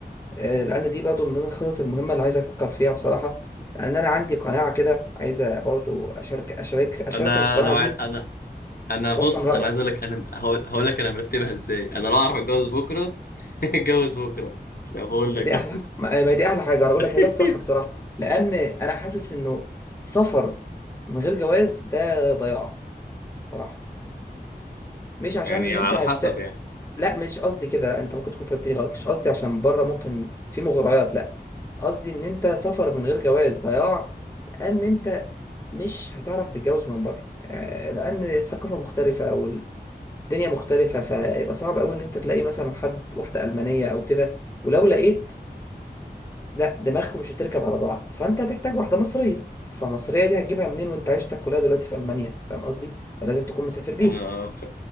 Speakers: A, on the left; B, on the left.
A: آه، لان دي برضه من ضمن الخطط المهمه اللي عايز افكر فيها بصراحه لان انا عندي قناعه كده عايز برضه اشارك اشارك اشاركك
B: انا
A: القناعه
B: لو عارف
A: دي
B: انا انا
A: وافهم
B: بص
A: رايك
B: انا عايز اقول لك انا هقول هقول لك انا مرتبها ازاي انا لو اعرف اتجوز بكره <laughs> اتجوز بكره لا بقول
A: دي
B: لك أهو.
A: احلى ما ما دي احلى حاجه انا اقول
B: <laughs>
A: لك هي ده الصح بصراحه لان انا حاسس انه سفر من غير جواز ده ضياع بصراحه مش عشان
B: يعني
A: ان
B: على
A: انت هتس
B: حسب يعني
A: لا مش قصدي كده لا انت ممكن تكون فهمتني غلط مش قصدي عشان بره ممكن في مغريات لا قصدي ان انت سفر من غير جواز ضياع لان انت مش هتعرف تتجوز من بره آه، لان الثقافه مختلفه او الدنيا مختلفه فيبقى صعب قوي ان انت تلاقي مثلا حد واحده المانيه او كده ولو لقيت لا دماغكم مش هتركب على بعض فانت هتحتاج واحده مصريه فمصريه دي هتجيبها منين وانت عيشتك كلها دلوقتي في المانيا فاهم قصدي فلازم تكون مسافر بيها
B: انا ف...